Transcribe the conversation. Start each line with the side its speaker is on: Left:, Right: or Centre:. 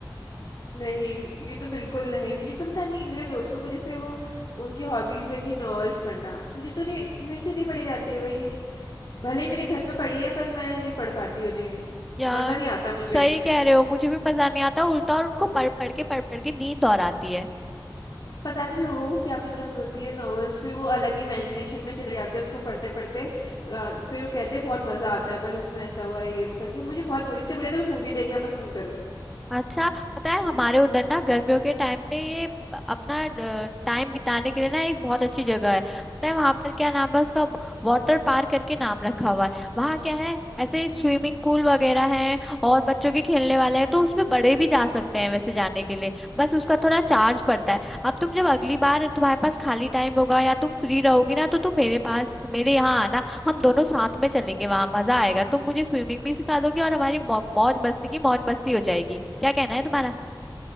Left: नहीं ये तो बिल्कुल नहीं मुझे तो पता नहीं मेरे दोस्तों को जैसे वो उनकी हॉबीज है कि नॉवेल्स पढ़ना मुझे तो नहीं मेरे से नहीं पढ़ी जाती है भाई भले ही मेरे घर पे पढ़ी है पर मैं नहीं पढ़ पाती उन्हें
Centre: यार
Left: मजा नहीं आता मुझे
Centre: सही कह रहे हो मुझे भी मजा नहीं आता उल्टा और उनको पढ़ पढ़ के पढ़ पढ़ के नींद और आती है
Left: पता नहीं लोगों को क्या पसंद होती है नॉवेल्स फिर वो अलग ही इमेजिनेशन में चले जाते हैं उसको पढ़ते पढ़ते अ, फिर वो कहते हैं बहुत मजा आता है बल उसमें ऐसा हुआ ये वो करके मुझे बहुत बुरी इससे बढ़िया तो मैं मूवी देखना पसंद करूँ
Centre: अच्छा पता है हमारे उधर ना गर्मियों के टाइम पे ये प- अपना टाइम बिताने के लिए ना एक बहुत अच्छी जगह है पता है वहां पर क्या नाम है उसका वाटर पार्क करके नाम रखा हुआ है वहाँ क्या है ऐसे ही स्विमिंग पूल वगैरह है और बच्चों के खेलने वाले हैं तो उसमें बड़े भी जा सकते हैं वैसे जाने के लिए बस उसका थोड़ा चार्ज पड़ता है अब तुम जब अगली बार तुम्हारे पास खाली टाइम होगा या तुम फ्री रहोगी ना तो तुम मेरे पास मेरे यहाँ आना हम दोनों साथ में चलेंगे वहां मजा आएगा तुम मुझे स्विमिंग भी सिखा दोगी और हमारी मौ- मौज मस्ती की मौज मस्ती हो जाएगी क्या कहना है तुम्हारा